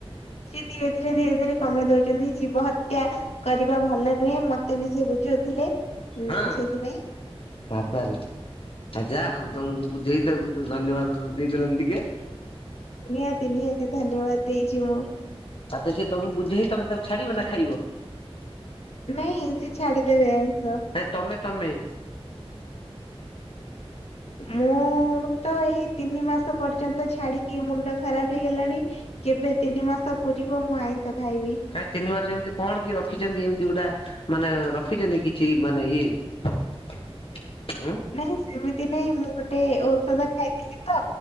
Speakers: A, on the left; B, on the left.
A: ସିଏ ଧୀରେ ଧୀରେ ଧୀରେ ଧୀରେ କମେଇ ଦଉଛନ୍ତି ଜୀବ ହତ୍ୟା କରିବା ଭଲ ନୁହେଁ ମତେ ବି ସେ ବୁଝଉଥିଲେ। ହୁଁ
B: ହଁ
A: ସେଇଥିପାଇଁ
B: ବାବାରେ। ଆ ଯାହା ହଉ ତମକୁ ଯୋଉ ବୁଝେଇଚି ତାକୁ ଧନ୍ୟବାଦ ଦେଇଦେଲନି ଟିକେ।
A: ନିହାତି ନିହାତି ଧନ୍ୟବାଦ ଦେଇଛି ମୁଁ।
B: ତତେ ସିଏ ତମକୁ ବୁଝେଇ ତମେ ତାକୁ ଛାଡିବ ନା ଖାଇବ?
A: ନାଇଁ ସେ ଛାଡିଦେବେ ଆଇଁଷ।
B: ହେ ତମେ ତମେ।
A: ମୁଁ ତ ଏଇ ତିନି ମାସ ପର୍ଯ୍ୟନ୍ତ ଛାଡିକି ମୁଣ୍ଡ ଖରାପ ହେଇଗଲାଣି। କେବେ ତିନି ମାସ ପୁରିବ ମୁଁ ଆଇଁଷ ଖାଇବି।
B: କାଇଁ ତିନି ମାସ ଏମିତି କଣ କି ରଖିଛନ୍ତି ଏମତି ଗୁଟା ମାନେ ରଖିଛନ୍ତି କିଛି ମାନେ ଇଏ ହଁ
A: ନାଇଁ ସେମିତି ନାଇଁ ମୁଁ ଗୋଟେ ଔଷଧ ଖାଇଥିଲି ତ